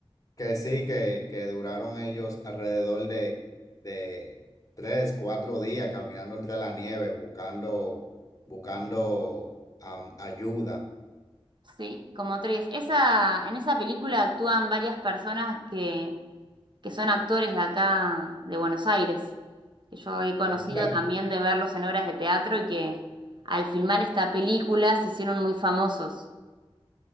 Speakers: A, on the left; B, on the right.
A: Que sí, que, que duraron ellos alrededor de, de tres, cuatro días caminando entre la nieve, buscando, buscando am, ayuda.
B: Sí, como tres. Esa, en esa película actúan varias personas que que son actores de acá, de Buenos Aires, que yo he conocido
A: ¿De verdad?
B: también de verlos en obras de teatro y que al filmar esta película se hicieron muy famosos.